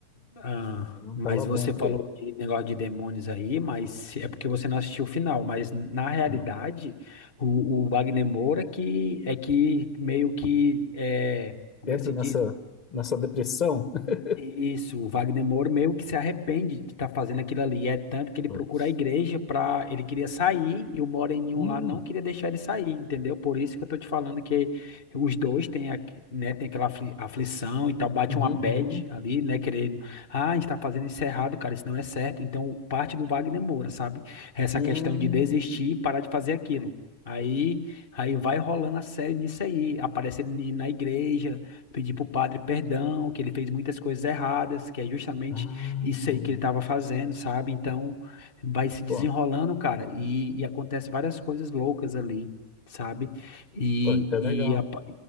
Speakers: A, on the left; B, on the left.
A: Ah,
B: Aí não
A: mas
B: estava bom
A: você
B: para
A: falou
B: ele.
A: de negócio de demônios aí, mas é porque você não assistiu o final. Mas na realidade,
B: Não.
A: o, o Wagner Moura que é que meio que é, como
B: Entra
A: é que se
B: nessa,
A: diz?
B: nessa depressão. <laughs>
A: Isso, o Wagner Moura meio que se arrepende de estar fazendo aquilo ali. É tanto que ele
B: Putz.
A: procura a igreja para. Ele queria sair e o Moreninho
B: Hum,
A: lá não queria deixar ele sair, entendeu? Por isso que eu tô te falando que os dois têm, aqui- né, tem aquela afli- aflição e tal, bate
B: uhum,
A: uma bad
B: uhum.
A: ali, né? Querendo. Ah, a gente tá fazendo isso errado, cara, isso não é certo. Então, parte do Wagner Moura, sabe? Essa
B: Hum.
A: questão de desistir e parar de fazer aquilo. Aí, aí vai rolando a série nisso aí. Aparece ele na igreja pedir para o padre perdão, que ele fez muitas coisas erradas, que é justamente
B: Ah,
A: isso aí que ele estava fazendo, sabe? Então vai se desenrolando,
B: pô,
A: cara, e, e acontece várias coisas loucas ali, sabe? E,
B: pô, então é legal.
A: e a pa-